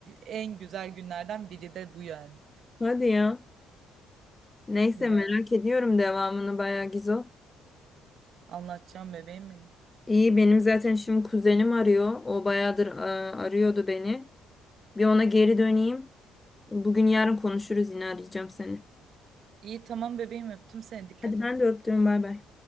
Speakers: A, on the right (about 60°); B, on the left (about 15°).
A: en güzel günlerden biri de bu yani.
B: Hadi ya. Neyse
A: Ya
B: merak ediyorum devamını bayağı Gizo.
A: anlatacağım bebeğim mi?
B: İyi benim zaten şimdi kuzenim arıyor. O bayağıdır e, arıyordu beni. Bir ona geri döneyim. Bugün yarın konuşuruz yine arayacağım seni.
A: İyi tamam bebeğim öptüm seni dikkat
B: Hadi
A: et.
B: ben de öptüm bay bay.